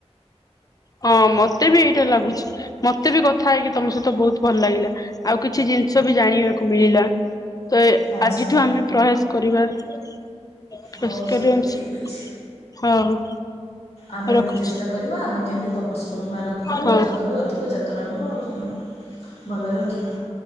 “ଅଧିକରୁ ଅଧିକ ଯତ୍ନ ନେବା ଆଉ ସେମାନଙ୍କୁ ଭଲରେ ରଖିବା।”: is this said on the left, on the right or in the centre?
Left